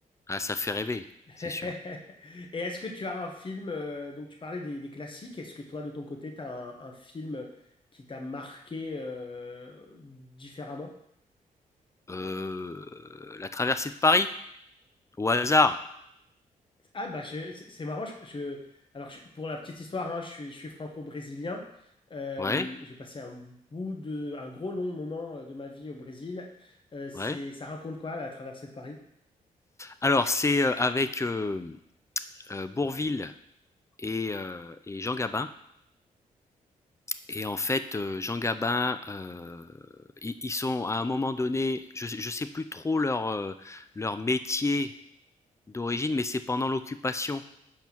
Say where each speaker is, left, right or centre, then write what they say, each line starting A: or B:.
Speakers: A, on the left (about 20°); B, on the left (about 35°).
A: Ah, ça fait rêver,
B: <laughs>
A: c'est sûr.
B: Et est-ce que tu as un film, euh, donc tu parlais des, des classiques, est-ce que toi de ton côté, tu as un, un film qui t'a marqué euh, différemment?
A: Euh, La traversée de Paris, au hasard.
B: Ah bah je- c'est c'est marrant, je, je- alors je- pour la petite histoire, hein, je suis, je suis franco-brésilien, Euh,
A: Ouais,
B: j'ai passé un bout de, un gros long moment euh, de ma vie au Brésil. Euh, c'est,
A: ouais.
B: ça raconte quoi la traversée de Paris?
A: Alors, c'est euh, avec euh, euh, Bourvil et, euh, et Jean Gabin. Et en fait, heu, Jean Gabin, heu, ils ils sont à un moment donné, je ne sais plus trop leur, heu, leur métier d'origine, mais c'est pendant l'occupation